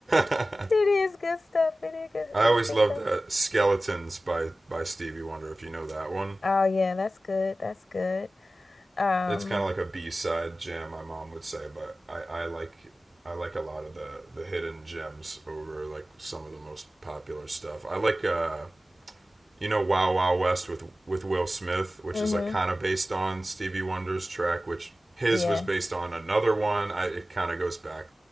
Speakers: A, on the right (about 45°); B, on the left (about 80°).
A: <laughs>
B: It is good stuff. It is good,
A: I
B: it
A: always
B: is good
A: loved
B: stuff.
A: that "Skeletons" by by Stevie Wonder. If you know that one,
B: Oh yeah, that's good. That's good. Um,
A: it's kind of like a B side jam. My mom would say, but I, I like I like a lot of the the hidden gems over like some of the most popular stuff. I like uh, you know Wow Wow West with with Will Smith, which
B: mhm.
A: is like kind of based on Stevie Wonder's track, which his
B: Yeah.
A: was based on another one. I, it kind of goes back